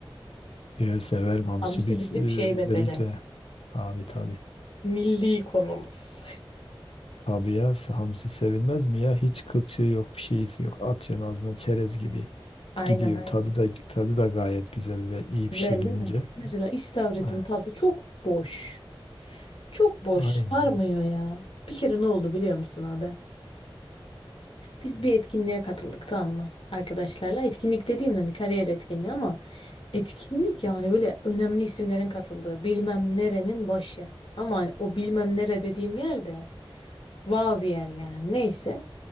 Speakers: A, on the left; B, on the left.
A: E, severim hamsi
B: Hamsi
A: biz
B: bizim
A: e,
B: şey meselemiz.
A: özellikle tabii tabii.
B: Milli konumuz.
A: Tabii ya hamsi sevilmez mi ya? Hiç kılçığı yok, bir şeysi yok. Atıyorsun ağzına çerez gibi
B: <laughs> Aynen
A: gidiyor.
B: aynen.
A: Tadı da tadı da gayet güzel öyle iyi pişirilince.
B: Güzel değil mi? Mesela istavritin
A: Ah,
B: tadı çok boş. Çok boş,
A: Aynen.
B: sarmıyor ya. Bir kere ne oldu biliyor musun abi? Biz bir etkinliğe katıldık tamam mı? Arkadaşlarla. Etkinlik dediğim hani kariyer etkinliği ama etkinlik yani böyle önemli isimlerin katıldığı bilmem nerenin başı. Ama hani o bilmem nere dediğim yer de wow bir yer yani neyse.